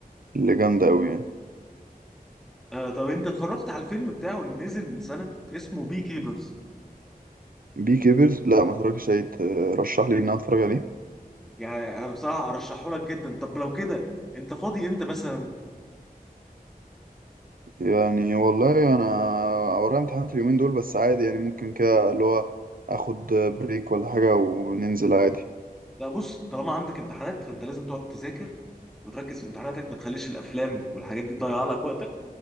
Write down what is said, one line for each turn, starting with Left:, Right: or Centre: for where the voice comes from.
Right: اللي جامدة أوي يعني
Centre: آه طب انت اتفرجت على الفيلم بتاعه اللي نزل من سنة اسمه بي كيبرز
Right: بي كيبرز لا ما اتفرجتش عليه ترشح لي إن أنا أتفرج عليه
Centre: يعني انا بصراحة ارشحه لك جدا طب لو كده انت فاضي امتى مثلا
Right: يعني والله انا ورايا امتحانات اليومين دول بس عادي يعني ممكن كده اللي هو اخد بريك ولا حاجة وننزل عادي
Centre: لا بص طالما عندك امتحانات فانت لازم تقعد تذاكر وتركز في امتحاناتك ما تخليش الافلام والحاجات دي تضيع لك وقتك